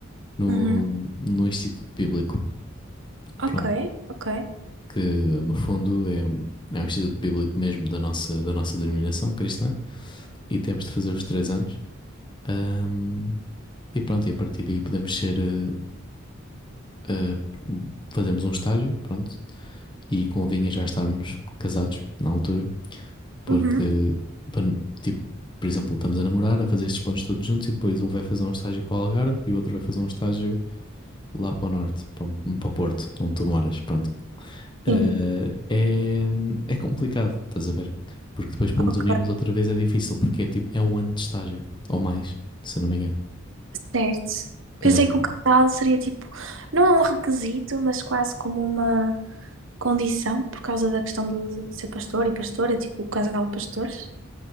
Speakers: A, on the left; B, on the right.
A: no,
B: Uhum.
A: no Instituto Bíblico.
B: Ok,
A: Pronto,
B: ok.
A: que no fundo é, um, é o Instituto Bíblico mesmo da nossa, da nossa denominação cristã, e temos de fazer os três anos. Ahm, e pronto, e a partir daí podemos ser. eh, eh, fazemos um estágio, pronto. E convinha já estarmos casados na altura, porque,
B: Uhum.
A: pan- tipo, por exemplo, estamos a namorar, a fazer estes planos todos juntos e depois um vai fazer um estágio para o Algarve e o outro vai fazer um estágio lá para o norte, para, para Porto, onde tu moras, pronto. Eh,
B: Sim,
A: é, é complicado, estás a ver? Porque depois para nos
B: ok,
A: unirmos outra vez é difícil, porque é tipo, é um ano de estágio, ou mais, se eu não me engano.
B: certo. Pensei
A: Eh,
B: que o casal seria tipo. Não é um requisito, mas quase como uma condição, por causa da questão do, de ser pastor e pastora, tipo o casal de pastores.